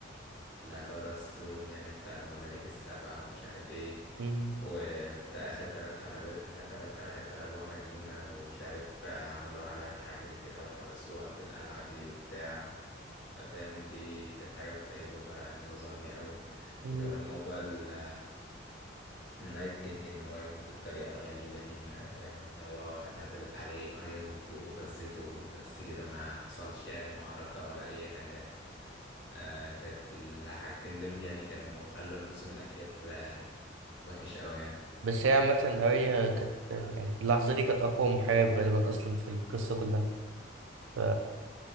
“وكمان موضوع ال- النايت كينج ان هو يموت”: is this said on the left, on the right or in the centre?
Left